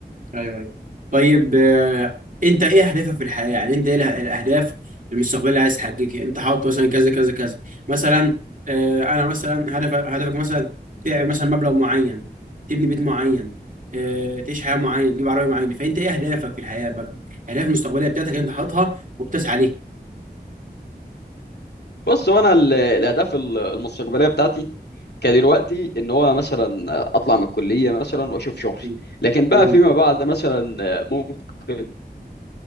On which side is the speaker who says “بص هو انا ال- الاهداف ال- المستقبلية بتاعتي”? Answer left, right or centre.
Left